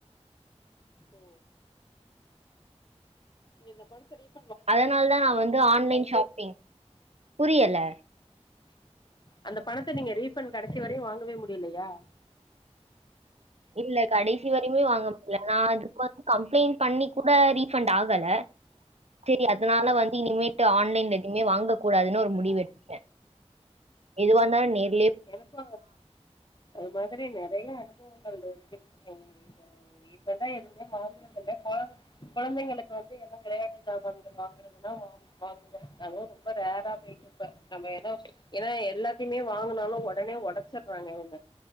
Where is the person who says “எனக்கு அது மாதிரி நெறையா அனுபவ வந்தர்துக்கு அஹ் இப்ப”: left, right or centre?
Left